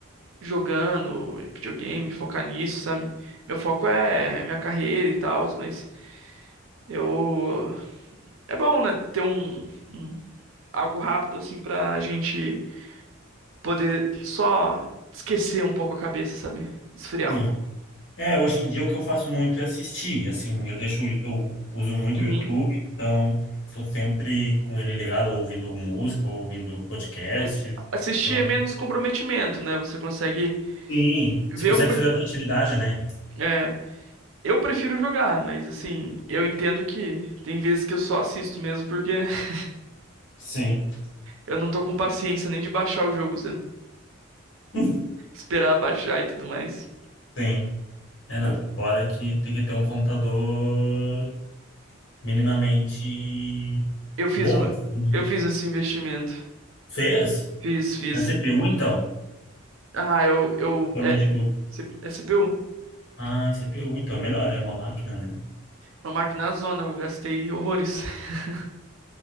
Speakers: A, on the right; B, on the left.
A: jogando videogame, focar nisso, sabe? Meu foco é minha carreira e tal, mas eu. É bom, né? Ter um, um- algo rápido, assim, pra gente poder só esquecer um pouco a cabeça, sabe? Esfriar
B: Sim.
A: um pouco.
B: É, hoje em dia o que eu faço muito é assistir, assim, eu deixo, o Yu- eu uso muito
A: Uhum.
B: o YouTube, então tô sempre com ele ligado, ou ouvindo música, ou ouvindo podcast,
A: É, Assistir
B: então
A: é menos comprometimento, né? Você consegue
B: Sim,
A: ver
B: você consegue
A: uma coisa.
B: fazer outra atividade, né?
A: é, Eu prefiro jogar, mas assim, eu entendo que tem vezes que eu só assisto mesmo porque <laughs>
B: Sim,
A: eu não tô com paciência nem de baixar o jogo, sabe?
B: <laughs>
A: Esperar baixar e tudo mais.
B: sim. É, não. Fora que tem que ter um computador minimamente
A: Eu fiz
B: bom,
A: um,
B: assim, né?
A: eu fiz esse investimento.
B: Fez?
A: Fiz, fiz.
B: É CPU, então?
A: Ah, eu, eu,
B: Ou
A: é,
B: notebook?
A: C- é CPU,
B: Ah, é CPU, então. É melhor, é uma máquina, né?
A: uma máquina na zona, eu gastei horrores. <laughs>